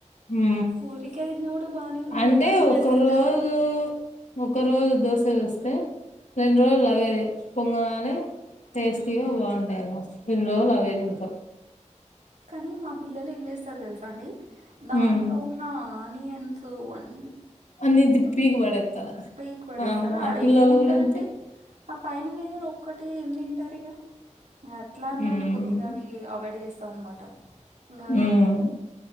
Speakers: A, on the left; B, on the right.
A: ఉ
B: ఊరికే తిన్నా కూడా బానే ఉంటాయి
A: అంటే
B: అన్నీ వేస్తాం
A: ఒక రోజు
B: కదా
A: ఒక్ ఒక రోజు దోశ వేస్తే రెండు రోజులు అవే అవే పొంగనాలె టేస్టీగా
B: ఉమ్
A: బాగుంటాయి ఇన్ని రోజులు
B: ఉమ్
A: అవే తింట
B: కానీ మా పిల్లలు ఏం చేస్తారు తెలుసా అండి దాంట్లో
A: ఉమ్
B: ఉన్న అనియన్సు వన్
A: అన్ని పీకి బడత్తల
B: పీకి పడేస్తారు
A: ఆ మా
B: ఆడ
A: పిల్లలు
B: ఏముంటదండి
A: కూడ అంతే
B: ఆ పైన లేరు ఒక్కటి ఏం తింటారు ఇగ అట్లా అన్నట్టు
A: ఉమ్
B: కొద్దిగా అవి అవాయిడ్ చేస్త అన్నమాట ఇంగా
A: ఉమ్